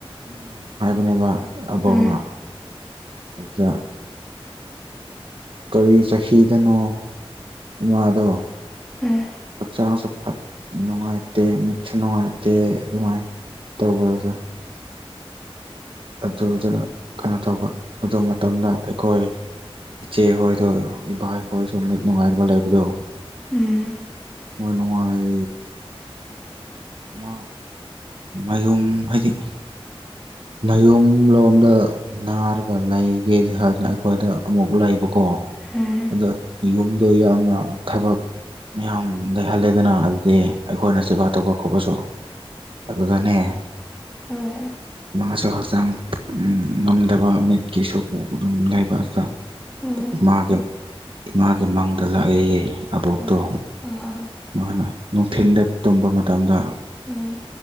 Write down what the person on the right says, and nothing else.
<inaudible> ꯍꯥꯏꯕꯅꯦꯕ ꯑꯕꯣꯛꯅ
ꯑꯗꯨꯗ ꯀꯔꯤ ꯆꯍꯤꯗꯅꯣ ꯏꯃꯥꯗꯣ
ꯍꯛꯆꯥꯡꯁꯨ ꯐꯠ ꯅꯨꯡꯉꯥꯏꯇꯦ ꯃꯤꯠꯁꯨ ꯅꯨꯡꯉꯥꯏꯇꯦ ꯑꯗꯨꯃꯥꯏꯅ ꯇꯧꯕꯗꯦ <unintelligible> ꯑꯗꯨꯗ ꯀꯩꯅꯣ ꯇꯧꯕ ꯑꯗꯨ ꯃꯇꯝꯗ ꯑꯩꯈꯣꯏ ꯏꯆꯦ ꯍꯣꯏꯗꯨ ꯏꯕꯥꯏ ꯍꯣꯏꯁꯨ ꯃꯤꯠ ꯅꯨꯡꯉꯥꯏꯇꯥꯕ ꯂꯩꯕꯗꯨ
ꯅ ꯅꯨꯡꯉꯥꯏ ꯃꯥ <unintelligible> <inaudible> ꯃꯌꯨꯝ ꯍꯥꯏꯗꯤ ꯃꯌꯨꯝ ꯂꯣꯝꯗ ꯅꯥꯔꯒ ꯂꯩꯒꯦꯗꯤ ꯍꯥꯏꯗꯅ ꯑꯩꯈꯣꯏꯗ ꯑꯃꯨꯛ ꯂꯩꯕ ꯀꯣ
ꯑꯗꯣ ꯌꯨꯝꯗꯣ ꯌꯥꯝꯅ ꯊꯕꯛ ꯃꯌꯥꯝ ꯂꯩꯍꯜꯂꯦꯗꯅ ꯑꯗꯨꯗꯤ ꯑꯩꯈꯣꯏꯅ ꯁꯦꯕꯥ ꯇꯧꯕ ꯈꯣꯠꯄꯁꯨ ꯑꯗꯨꯒꯅꯦ
ꯃꯥꯃꯁꯨ ꯍꯛꯆꯥꯡ ꯉꯝꯗꯕ ꯃꯤꯠꯀꯤꯁꯨ ꯑꯗꯨꯝ ꯂꯩꯕ ꯑꯗꯨꯗ
ꯏꯃꯥꯒꯤ ꯏꯃꯥꯒꯤ ꯃꯥꯡꯗ ꯂꯥꯛꯑꯦꯌꯦ ꯑꯕꯣꯛ
ꯇꯣ
ꯃꯥꯅ ꯅꯨꯡꯊꯤꯟꯗ ꯇꯨꯝꯕ ꯃꯇꯝꯗ